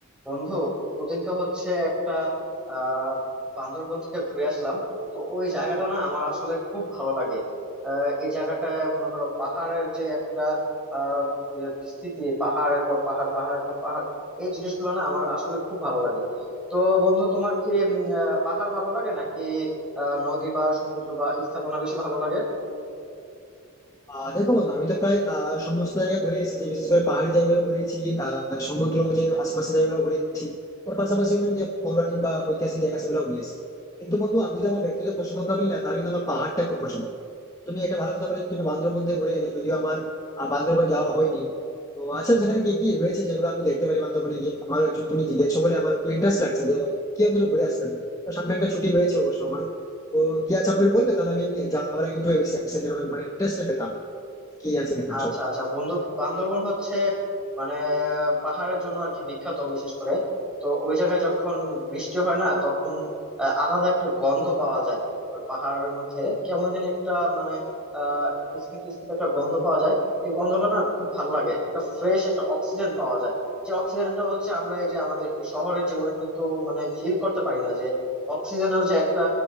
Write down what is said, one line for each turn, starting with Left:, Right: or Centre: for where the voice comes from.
Centre: বন্ধু ওদিনকে হচ্ছে একটা আহ বান্দরবন থেকে ঘুরে আসলাম তো ওই জায়গাটা না আমার আসলে খুব ভালো লাগে আহ, এই জায়গাটা মনে করো পাহাড়ের যে একটা আহ স্থিতি পাহাড়ের পর পাহাড় পাহাড়ের পর পাহাড় এই জিনিসগুলো না আমার আসলে খুব ভালো লাগে তো বন্ধু তোমার কি উম, আহ, পাহাড় ভালো লাগে নাকি আহ নদী বা সমুদ্র বা স্থাপনা বেশি ভালো লাগে
Left: আহ দেখো বন্ধু আমি তো প্রায় আহ সমস্ত জায়গায় ঘুরে এসেছি বিশেষ করে পাহাড়ি জায়গায় ঘুরেছি আহ সমুদ্র যে আশেপাশে জায়গাগুলো ঘুরেছি ওর পাশাপাশি অনেক যে পৌরাণিক বা ঐতিহাসিক জায়গা সেগুলো ঘুরে এসেছি। কিন্তু বন্ধু আমি যদি আমার ব্যক্তিগত পছন্দ কথা বলি না তাহলে কিন্তু আমার পাহাড়টা খুব পছন্দ তুমি একটা ভালো কথা বলে তুমি বান্দরবন দিয়ে ঘুরে এলে যদিও আমার আহ, বান্দরবন যাওয়া হয়নি তো আচ্ছা সেখানে কি কি রয়েছে যেগুলো আমি দেখতে পারি বান্দরবনে গিয়ে আমার একটু তুমি জিজ্ঞেস বলে আমার একটু ইন্টারেস্ট লাগছে যে কি ওদের ঘুরে আসলেন তো সামনে একটা ছুটি হয়েছে অবশ্য আমার তো কি আছে আমাকে একটু বলবে তাহলে আমি যাওয়ার আগে একটু বেশি এক্সাইটেড হবে মানে ইন্টারেস্টেড পেতাম কি আছে দেখার
Centre: আচ্ছা
Left: জন্য
Centre: আচ্ছা বন্ধু বান্দরবন হচ্ছে মানে পাহাড়ের জন্য আর কি বিখ্যাত বিশেষ করে তো ওই জায়গায় যখন বৃষ্টি হয় না তখন আহ, আলাদা একটা গন্ধ পাওয়া যায় ওই পাহাড়ের মধ্যে কেমন যেন একটা মানে আহ একটা স্মিত স্মিত একটা গন্ধ পাওয়া যায় এই গন্ধটা না খুব ভালো লাগে একটা ফ্রেশ একটা অক্সিজেন পাওয়া যায় যে অক্সিজেনটা হচ্ছে আমরা এই যে আমাদের এই শহরের জীবনে কিন্তু মানে ফিল করতে পারি না যে অক্সিজেনের যে একটা